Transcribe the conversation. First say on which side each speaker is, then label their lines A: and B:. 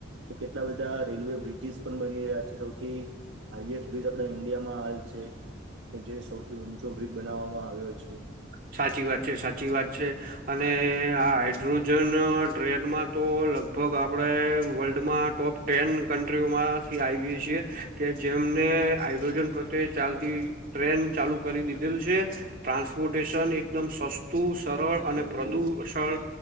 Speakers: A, on the right; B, on the right.
A: છે કેટલા બધા રેલવે બ્રિજીસ પણ બની રહ્યા છે સૌથી હાાઈએસ્ટ બ્રિજ આપણા ઈન્ડિયામાં હાલ છે કે જે સૌથી ઊંચો બ્રિજ બનાવવામાં આવ્યો છે
B: સાચી વાત છે સાચી વાત છે અને આ હાઇડ્રોજન ટ્રેનમાં તો લગભગ આપણે વર્લ્ડમાં ટોપ ટેન કન્ટ્રીઓમાંથી આવીએ છીએ કે જેમને હાઇડ્રોજન પ્રત્યે ચાલતી ટ્રેન ચાલુ કરી દીધેલ છે ટ્રાન્સપોર્ટ પેષણ એકદમ સસ્તું, સરળ અને
A: ઓહો
B: પ્રદૂષણ